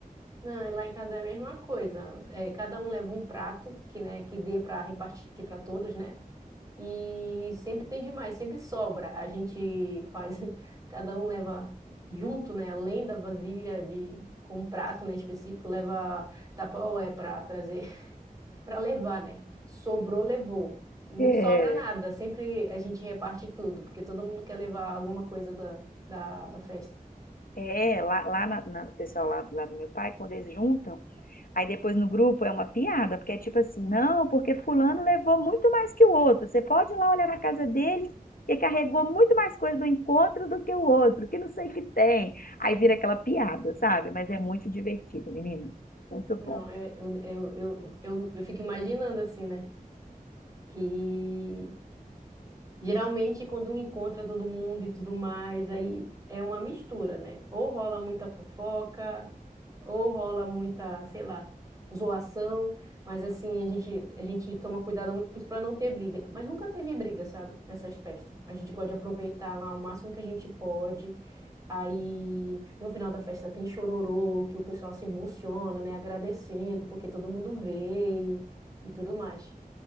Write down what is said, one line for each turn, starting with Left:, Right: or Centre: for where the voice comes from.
Right: Não, e lá em casa é a mesma coisa. É, cada um leva um prato que, né, que dê para repartir para todos, né? E sempre tem demais, sempre sobra. A gente faz, <laughs> cada um leva junto, né? Além da vasilha de com um prato, né, específico, leva tapaué para trazer, <laughs> para levar, né? Sobrou, levou. Não
Left: É,
Right: sobra nada, sempre a gente reparte tudo, porque todo mundo quer levar alguma coisa da, da, da festa.
Left: é lá, lá na, na- o pessoal lá, lá do meu pai, quando eles juntam, Aí depois no grupo é uma piada, porque é tipo assim, não, porque fulano levou muito mais que o outro. Você pode ir lá olhar na casa dele, que carregou muito mais coisa do encontro do que o outro, que não sei o que tem. Aí vira aquela piada, sabe? Mas é muito divertido, menino. Muito bom.
Right: Não, eu, eu, eu, eu, eu eu fico imaginando assim, né? Que Geralmente, quando encontra todo mundo e tudo mais, aí é uma mistura, né? Ou rola muita fofoca, ou rola muita, sei lá, zoação, mas assim, a gente, a gente toma cuidado muito para não ter briga. Mas nunca teve briga, sabe? Nessas festas. A gente gosta de aproveitar lá o máximo que a gente pode. Aí, no final da festa tem chororô, que o pessoal se emociona, né? Agradecendo porque todo mundo veio e tudo mais.